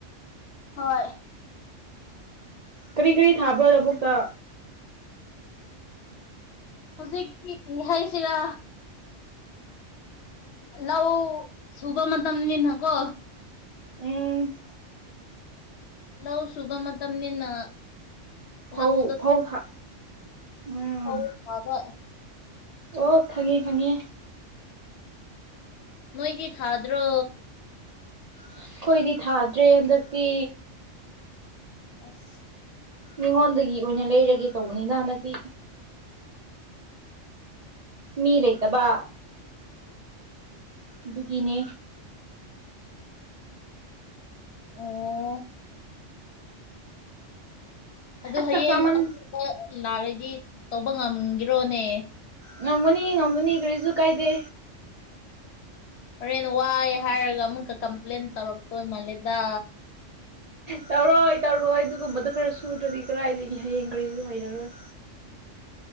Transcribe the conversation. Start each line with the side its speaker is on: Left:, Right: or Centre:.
Left: ꯍꯣꯏ
Right: ꯀꯔꯤ ꯀꯔꯤ ꯊꯥꯕ꯭ꯔꯣ ꯂꯧꯕꯨꯛꯇ
Left: ꯍꯧꯖꯤꯛꯀꯤ ꯍꯥꯏꯩꯁꯤꯔꯥ ꯑꯂ ꯁꯨꯕ ꯃ ꯃꯇꯝꯝꯅꯤꯤꯟ ꯀꯣ
Right: ꯎꯝ
Left: ꯂ ꯁꯨꯒꯝ ꯇꯝꯅꯤ ꯅ
Right: ꯐꯧ
Left: ꯂꯗ
Right: ꯐꯧ ꯊꯥ ꯎꯝ
Left: ꯍꯕ
Right: ꯑꯣ ꯈꯪꯉꯤ ꯈꯪꯉꯤ
Left: ꯅꯣꯏꯗꯤ ꯊꯗ꯭ꯔꯣ
Right: ꯑꯩꯈꯣꯏꯗꯤ ꯊꯥꯗ꯭ꯔꯦ ꯍꯟꯗꯛꯇꯤ
Left: ꯑꯣꯐ
Right: ꯃꯤꯉꯣꯟꯗꯒꯤ ꯑꯣꯏꯅ ꯂꯩꯔꯒꯦ ꯇꯧꯕꯅꯤꯅ ꯍꯟꯗꯛꯇꯤ ꯃꯤ ꯂꯩꯇꯕ ꯑꯗꯨꯒꯤꯅꯦ
Left: ꯑꯣ ꯑꯗꯨ
Right: ꯑꯁ
Left: ꯍꯌꯦꯡ
Right: ꯆꯥꯛ ꯆꯥꯃꯟ
Left: ꯑꯀꯣꯄ ꯂꯥꯛꯑꯒꯤ ꯇꯧꯕ ꯉꯝꯒꯤꯔꯣꯅꯦ
Right: ꯉꯝꯒꯅꯤ ꯉꯝꯒꯅꯤ ꯀꯔꯤꯁꯨ ꯀꯥꯏꯗꯦ
Left: ꯍꯣꯔꯦꯟꯅ ꯋꯥꯏꯦ ꯍꯥꯏꯔꯒ ꯑꯃꯨꯛꯀ ꯀꯝꯄ꯭ꯂꯦꯟ ꯇꯧꯔꯛꯇꯣꯏ ꯃꯥꯂꯦꯗ
Right: ꯇꯧꯔꯣꯏ ꯇꯧꯔꯣꯏ ꯑꯗꯨꯒꯨꯝꯕꯗ ꯈꯔ ꯁꯨꯗ꯭ꯔꯗꯤ ꯀꯗꯥꯏꯗꯒꯤ ꯍꯌꯦꯡ ꯀꯔꯤꯁꯨ ꯍꯩꯔꯔꯣꯏ